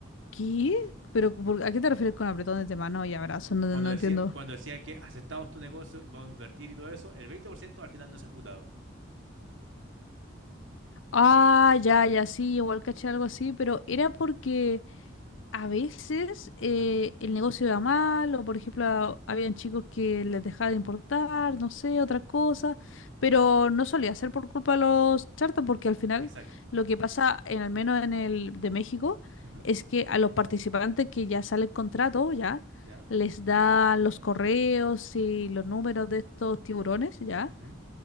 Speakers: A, on the left; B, on the right.
A: qué? ¿Pero por- a qué te refieres con apretones de mano y abrazos? No,
B: Cuando
A: no
B: decía,
A: entiendo.
B: cuando decían que aceptamos tu negocio, vamos a invertir y todo eso, el 20% al final no se ejecutaba.
A: Ah, ya, ya, sí, igual caché algo así, pero era porque a veces eh,
B: Ujú,
A: el negocio iba mal, o por ejemplo, a- habían chicos que les dejaba de importar, no sé, otra cosa, pero no solía ser por culpa de los charters, porque al final
B: Exacto.
A: lo que pasa, en, al menos en el de México,
B: Ujú,
A: es que a los participantes que ya sale el contrato, ya,
B: ¿Ya?
A: les dan los correos y los números de estos tiburones, ya,
B: Ujú,